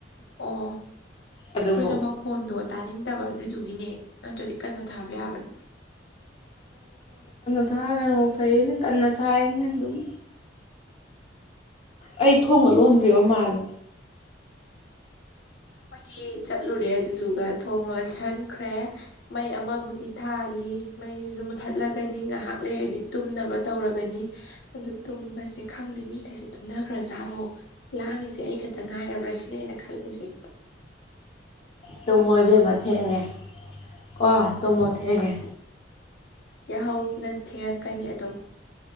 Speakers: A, on the left; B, on the left.
A: ꯑꯣ ꯑꯩꯈꯣꯏꯅ
B: ꯑꯗꯨꯕꯨ
A: ꯃꯈꯣꯟꯗꯣ ꯇꯥꯅꯤꯡꯗꯕ ꯑꯗꯨꯗꯨꯒꯤꯅꯦ ꯅꯠꯇ꯭ꯔꯗꯤ ꯀꯟꯅ ꯊꯥꯕ ꯌꯥꯕꯅꯦ
B: <unintelligible> ꯐꯩꯌꯦꯅꯦ ꯀꯟꯅ ꯊꯥꯏꯌꯦ ꯑꯗꯨꯝ ꯑꯩ ꯊꯣꯡꯒ ꯂꯣꯟꯗ꯭ꯔꯤꯕ ꯃꯥꯜꯂꯤ
A: ꯑꯩꯈꯣꯏꯗꯤ ꯆꯠꯂꯨꯔꯦ ꯑꯗꯨꯗꯨꯒ ꯊꯣꯡ ꯂꯣꯟꯁꯟꯈ꯭ꯔꯦ ꯃꯩ ꯑꯃꯕꯨꯗꯤ ꯊꯥꯜꯂꯤ ꯃꯩꯖꯤꯖꯨ ꯃꯨꯊꯠꯂꯒꯅꯤ ꯉꯍꯥꯛ ꯂꯩꯔꯗꯤ ꯇꯨꯝꯅꯕ ꯇꯧꯔꯒꯅꯤ ꯑꯗꯨ ꯇꯨꯝꯕꯁꯦ ꯈꯪꯗꯦ ꯃꯤꯈꯩꯁꯦ ꯇꯨꯝꯅꯈ꯭ꯔꯖꯥꯠꯂꯣ ꯂꯥꯡꯉꯤꯁꯦ ꯑꯩ ꯈꯛꯇ ꯉꯥꯏꯔꯕ꯭ꯔ ꯁꯤꯅꯦ ꯑꯩꯅ ꯈꯜꯂꯤꯖꯦ
B: ꯇꯨꯃꯣ ꯏꯕꯦꯝꯃ ꯊꯦꯡꯉꯦ ꯀꯣ ꯇꯨꯃꯣ ꯊꯦꯡꯉꯦ
A: ꯌꯥꯍꯧꯅ ꯊꯦꯡꯉꯛꯀꯅꯤ ꯑꯗꯨꯝ